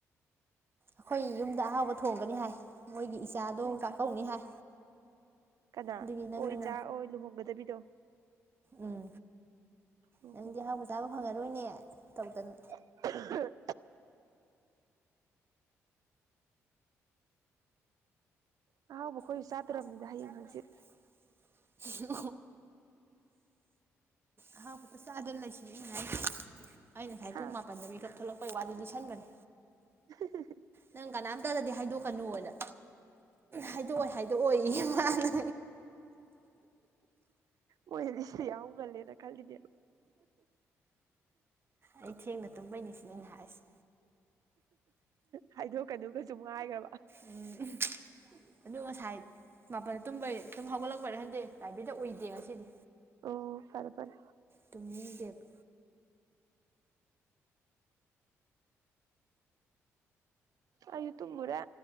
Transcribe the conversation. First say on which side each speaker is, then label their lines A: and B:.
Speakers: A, on the right; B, on the right.
A: ꯑꯩꯈꯣꯏ ꯌꯨꯝꯗ ꯑꯍꯥꯎꯕ ꯊꯣꯡꯒꯅꯤ ꯍꯥꯏ ꯃꯣꯏꯒꯤ ꯏꯆꯥꯗꯣ
B: ꯍꯩꯃ
A: ꯆꯥꯛꯀꯧꯅꯤ ꯍꯥꯏ
B: ꯀꯅꯥ
A: ꯑꯗꯨꯒꯤ ꯅꯪ
B: ꯑꯣ ꯏꯆꯥ ꯑꯣ ꯂꯨꯍꯣꯡꯒꯗꯕꯤꯗꯣ
A: ꯎꯝ
B: ꯑꯣ
A: ꯅꯪꯗꯤ
B: ꯑꯣ
A: ꯑꯍꯥꯎꯕ ꯆꯥꯕ ꯐꯪꯉꯔꯣꯏꯅꯦ ꯇꯧꯗꯅ
B: <unintelligible> ꯑꯍꯥꯎꯕ ꯑꯩꯈꯣꯏꯁꯨ
A: <unintelligible>
B: ꯆꯥꯗꯣꯔꯕꯅꯤꯅ ꯍꯌꯦꯡ ꯍꯪꯆꯤꯠ
A: ꯑꯍꯥꯎꯄꯗ ꯆꯥꯗꯨꯅ ꯂꯩꯁꯤꯅꯦ ꯑꯩꯅ ꯍꯥꯏ <unintelligible> ꯑꯩ ꯉꯁꯥꯏ
B: ꯍꯥ
A: ꯄꯨꯡ ꯃꯥꯄꯟꯗ ꯃꯤꯀꯞ ꯊꯣꯛꯂꯛꯄꯩ ꯋꯥꯔꯤ ꯂꯤꯁꯟꯕꯅꯦ
B: <unintelligible>
A: ꯅꯪ ꯀꯅꯥꯝꯇꯗꯗꯤ ꯍꯥꯏꯗꯣꯛꯀꯅꯨꯅ ꯍꯥꯏꯗꯣꯛꯑꯣꯏ ꯍꯥꯏꯗꯣꯛꯑꯣꯏ ꯃꯥꯅ
B: ꯃꫭꯏꯅꯗꯤ ꯌꯥꯎꯍꯧ ꯉꯟꯂ‌ꯦꯅ ꯈꯜꯂꯤꯅ‌ꯦꯕ
A: ꯑꯩ ꯊꯦꯡꯅ ꯇꯨꯝꯕꯩꯅꯤ ꯁꯤꯅꯦ ꯑꯩꯅ ꯍꯥꯏꯁ‌ꯦ
B: ꯍꯥꯏꯗꯣꯛꯀꯅꯨꯒꯁꯨ ꯉꯥꯏꯈ꯭ꯔꯕ
A: ꯎꯝ ꯑꯗꯨ ꯉꯁꯥꯏ ꯃꯥꯄꯜꯗ ꯇꯨꯝꯕꯩ ꯇꯨꯝ ꯍꯧꯒꯠꯂꯛꯄꯔ ꯈꯟꯗꯦ ꯂꯥꯏꯕꯦꯔꯤꯗ ꯎꯧꯏꯗꯦ ꯉꯁꯤꯗꯤ
B: ꯑꯣ ꯐꯔ‌ꯦ ꯐꯔ‌ꯦ
A: ꯇꯨꯝꯅꯤꯡ ꯗꯦꯕ
B: ꯑꯩꯖꯨ ꯇꯨꯝꯃꯨꯔꯦ